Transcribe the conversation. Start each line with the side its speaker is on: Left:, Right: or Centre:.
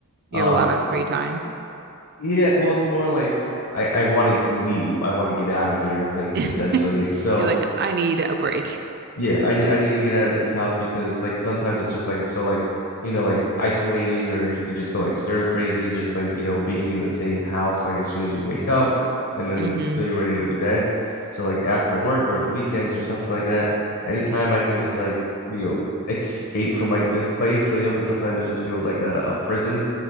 Right: you
Left: um
Right: have a lot of free time.
Left: yeah, well it's more like I I want to leave. I want to get out of here,
Right: <laughs>
Left: like
Right: You're
Left: essentially. So
Right: like, I need a break.
Left: yeah, I need I need to get out of this house because it's like sometimes it's just like so like you know like isolating or you could just go like stir crazy just like you know being in the same house like as soon as you wake up and then
Right: Mm-hmm.
Left: till you're ready to go to bed. So like after work or the weekends or something like that, anytime I can just like you know escape from like this place, like, you know, because sometimes it just feels like a, a prison.